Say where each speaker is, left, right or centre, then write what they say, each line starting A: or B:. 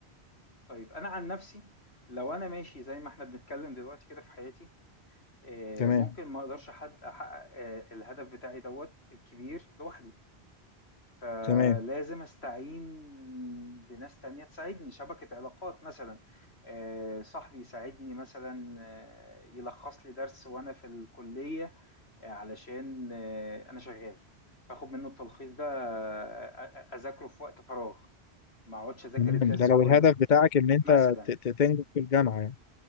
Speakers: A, on the left (about 75°); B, on the left (about 50°).
A: طيب انا عن نفسي لو انا ماشي زي ما احنا بنتكلم دلوقتي كده في حياتي آه،
B: تمام
A: ممكن ما اقدرش حد احقق آه، الهدف بتاعي دوت الكبير لوحدي فلازم
B: تمام
A: استعين بناس تانية تساعدني شبكة علاقات مثلا آه، صاحبي يساعدني مثلا آه، يلخص لي درس وانا في الكلية آه، علشان آه، انا شغال فاخد منه التلخيص ده آه، أ- أ- اذاكره في وقت فراغ ما اقعدش اذاكر
B: تمام
A: الدرس
B: ده لو
A: كله
B: الهدف بتاعك ان انت
A: مثلا
B: ت- ت- تنجح في الجامعه يعني